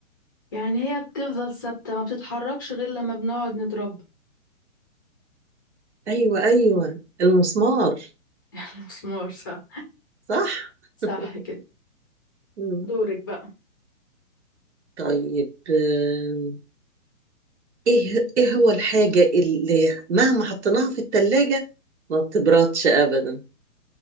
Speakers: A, on the left; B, on the right.
A: يعني هي بتفضل ثابتة ما بتتحركش غير لما بنقعد نضربها
B: ايوه ايوه المسمار
A: <laughs> مسمار صح
B: صح
A: صح
B: <laughs>
A: كده
B: مم.
A: دورك بقى
B: طيب آم، ايه ايه هو الحاجة اللي مهما حطيناها في التلاجة ما بتبردش ابدا